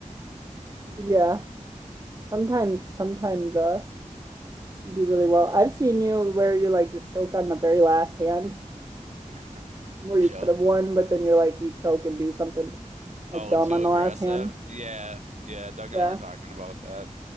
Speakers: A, on the right; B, on the right.
A: I don't know.
B: Yeah. Sometimes sometimes uh you do really well. I've seen you where you like just choke on the very last hand
A: <laughs>
B: where
A: Choke?
B: you could have won, but then you're like you choke and do something like
A: Oh,
B: dumb
A: too
B: on the
A: aggressive?
B: last hand.
A: Yeah, yeah. Doug and
B: Yeah.
A: I were talking about that.